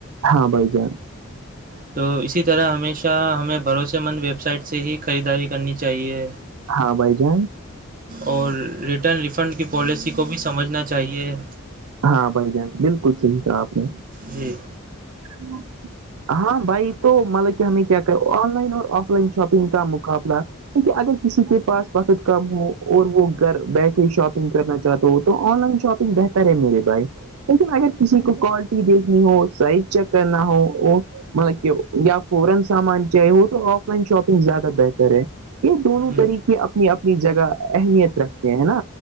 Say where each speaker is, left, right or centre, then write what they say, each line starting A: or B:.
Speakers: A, on the right (about 80°); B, on the right (about 40°).
A: ہاں بھائی جان
B: تو اسی طرح ہمیشہ ہمیں بھروسے مند ویب سائٹ سے ہی خریداری کرنی چاہیے
A: ہاں بھائی جان
B: اور ریٹرن ریفنڈ کی پالیسی کو بھی سمجھنا چاہیے
A: ہاں بھائی جان بالکل صحیح تھا آپ نے <unintelligible>
B: جی
A: ہ <unintelligible> ہاں بھائی تو مطلب کہ ہمیں کیا کہ آن لائن اور آف لائن شاپنگ کا مقابلہ کیونکہ اگر کسی کے پاس وقت کم ہو اور وہ گھر بیٹھے شاپنگ کرنا چاہتے ہو تو آن لائن شاپنگ بہتر ہے میرے بھائی لیکن اگر کسی کو کوالٹی دیکھنی ہو سائز چیک کرنا ہو وہ <unintelligible> یہ دونوں
B: جی
A: طریقے اپنی اپنی جگہ اہمیت رکھتے ہیں نا